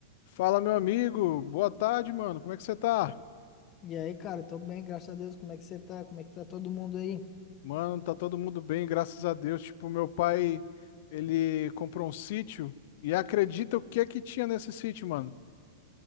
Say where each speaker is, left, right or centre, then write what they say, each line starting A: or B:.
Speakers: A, on the left (about 55°); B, on the left (about 30°).
A: Fala, meu amigo. Boa tarde, mano. Como é que você tá?
B: E aí, cara, tô bem, graças a Deus. Como é que você tá? Como é que tá todo mundo aí?
A: Mano, tá todo mundo bem, graças a Deus. Tipo, meu pai, ele comprou um sítio e acredita o que é que tinha nesse sítio, mano?